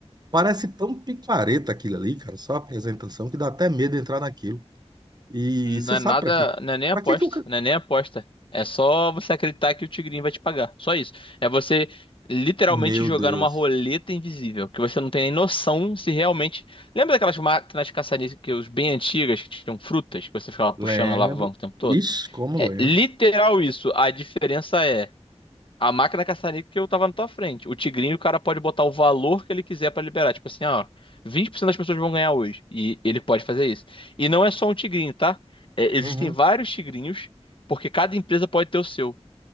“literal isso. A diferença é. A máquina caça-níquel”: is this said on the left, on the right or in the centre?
Left